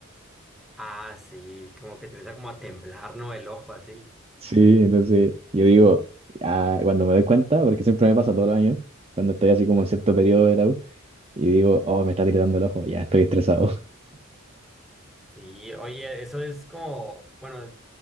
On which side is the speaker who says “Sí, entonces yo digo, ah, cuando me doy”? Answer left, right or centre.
Right